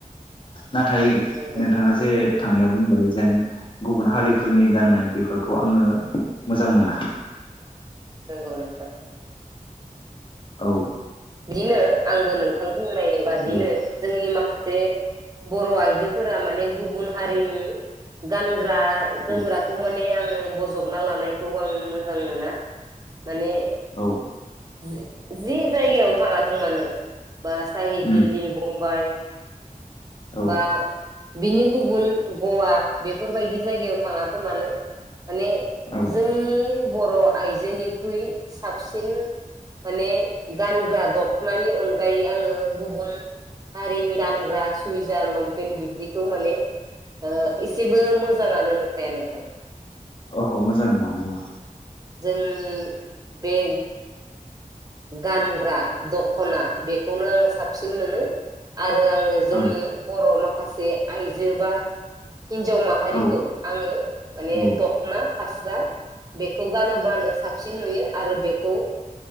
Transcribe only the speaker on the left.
नाथाय
नोंथाङा
जे थांनायाव औमबाय जेन गुबुन हारिफोरनि गाननाय बेफोर खौ आंङो मोजां मोना।
औ
औ
औ
औ
उम
औ
औ
अह मोजां नङा नुआ
औ
औ
औ